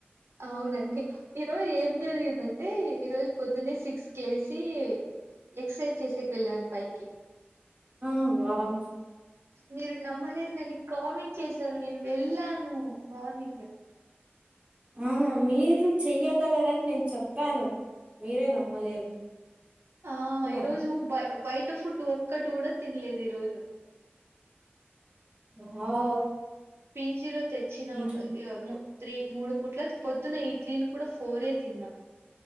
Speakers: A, on the right; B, on the right.
A: అవునండి ఈరోజు ఏం జరిగిందంటే ఈరోజు పొద్దున్నే సిక్స్ కి లేసి ఎక్సర్సైజ్ చేసేకి వెళ్ళాను పైకి
B: ఆ వావ్
A: మీరు నమ్మలే దని కామెంట్ చేశను నేను వెళ్ళాను మార్నింగ్
B: ఆ మీరు చెయ్యగలరని నేను చెప్పాను మీరే నమ్మలేదు.
A: ఆ
B: హ్మ్
A: ఈరోజు బా బయట ఫుడ్ ఒక్కటి కూడా తినలేదు ఈరోజు
B: వావ్
A: పీజీలో తెచ్చిన
B: మీరు
A: <unintelligible> త్రీ మూడు పుట్ల పొద్దున్న ఇడ్లీలు కూడా ఫోరే తిన్నా